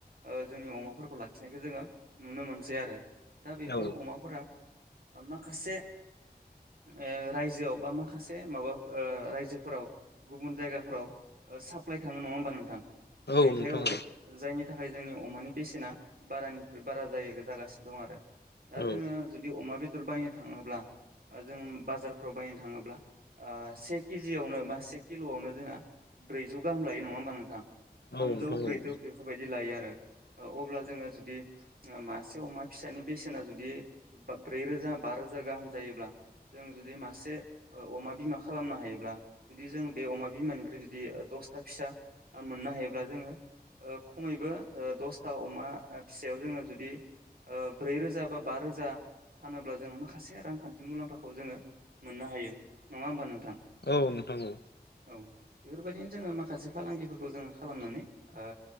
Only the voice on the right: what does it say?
ओ जोंनि अमाफोरखौ लाखिनायखौ जोङो नुनो मोनसै आरो दा बेफोर
अमाफोरा माखासे ओ रायजोआव बा माखासे माबा ओ रायजो फोराव गुबुन जायगाफोराव साप्लाइ थाङो नङा होमबा नोंथां
दैथायहरो
जायनि थाखाय जोंनियाव अमानि बेसेना बारानिख्रुइ बारा जायो जागासिनो दं आरो दा
जोङो जुदि अमा बेदर बायनो थाङोब्ला ओ जों बाजारफोराव बायनो थाङोब्ला आ बे केजि जियावनो बा बे किल'यावनो जों ब्रैजौ गाहाम लायो नङा होनबा नोंथां थामजौ
ब्रैजौ
बेफोरबायदि लायो आरो अब्ला जोङो जुदि मासे अमा फिसानि बेसेना जुदि ब्रै रोजा बा रोजा गाहाम जायोब्ला जों जुदि मासे अमा बिमा खालामनो हायोब्ला जुदि जों बे अमा बिमानिफ्राय जुदि दसथा फिसा मोननो हायोब्ला जोङो ओ खमैबो दसथा अमा फिसायाव जोङो जुदि ओ ब्रै रोजा बा बा रोजा फानोब्ला जोङो माखासे रांखानथि मुलामफाखौ जोङो मोननो हायो नङा होमबा नोंथां
औ बेफोरबायदिनो जोङो माखासे फालांगिफोरखौ जोङो खालामनानै ओ